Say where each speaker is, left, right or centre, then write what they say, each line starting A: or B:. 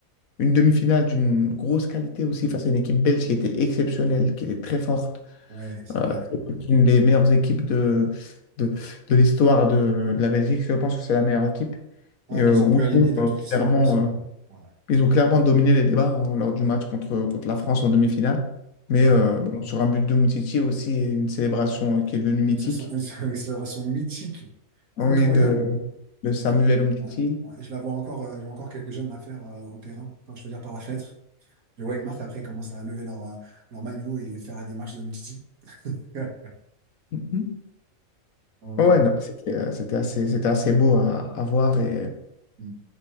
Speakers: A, on the left; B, on the right.
A: Une demi-finale d'une grosse qualité aussi face à une équipe belge qui était exceptionnelle, qui était très forte.
B: Ouais, c'est
A: Euh,
B: vrai.
A: c'est une des meilleures équipes de, de, de l'histoire de, de la Belgique. Je pense que c'est la meilleure équipe.
B: Ouais,
A: Et euh,
B: qu'ils
A: oui,
B: ont pu aligner
A: bon,
B: de
A: euh,
B: toute l'histoire,
A: clairement,
B: ouais, sûrement.
A: euh,
B: Ouais.
A: ils ont clairement dominé les débats hein, lors du match contre, contre la France en demi-finale. Mais
B: Ouais.
A: euh, bon, sur un but de Umtiti aussi, et une célébration euh, qui est devenue mythique.
B: Ils se sont, ils se ils se sont mythiques. Incroyable.
A: Ah Oui, de, de Samuel
B: Ouais,
A: Umtiti.
B: ouais, ouais. Je la vois encore, euh, je vois encore quelques jeunes la faire euh, au terrain, quand je veux dire par la fenêtre. Je vois une marque, après, ils commencent à lever leur, euh, leur maillot et faire la démarche de Umtiti. <laughs>
A: Mhm.
B: Donc,
A: Ouais,
B: ouais.
A: non, c'était euh, c'était assez, c'était assez beau à, à voir. Et
B: Mm.